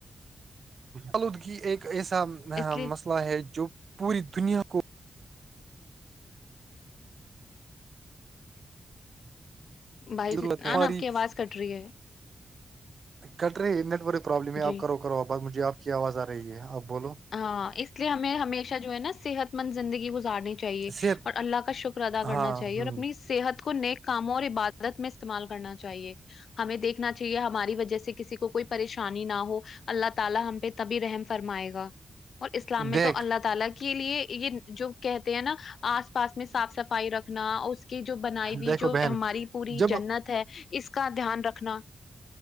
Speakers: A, on the right; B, on the left.
A: آلودگی ایک ایسا
B: اس لیے
A: مسئلہ ہے جو پوری دنیا کو
B: ھ
A: ضرورت ہے
B: آ
A: ہماری
B: ن آپ کی آواز کٹ رہی ہے
A: کٹ رہے نیٹورک پرابلم ہے
B: جی
A: آپ کرو کرو آ بات مجھے آپ کی آواز آ رہی ہے آپ بولو
B: ہاں اس لیے ہمیں ہمیشہ جو ہے نا صحت مند زندگی گزارنی چاہیے
A: صحت
B: اور اللہ کا شکر ادا کرنا
A: ہاں
B: چاہیے
A: ہ
B: اور اپنی صحت کو نیک کاموں اور عبادت میں استعمال کرنا چاہیے ہمیں دیکھنا چاہیے ہماری وجہ سے کسی کو کوئی <unintelligible> <unintelligible>
A: دیکھ
B: کے لیے یہ جو کہتے ہیں نا آس پاس میں صاف صفائی رکھنا اس کہ جو بنائی ہوئی
A: دیکھو
B: جو
A: بہن
B: ہماری پوری
A: جب
B: جنت ہے اس کا دھیان رکھنا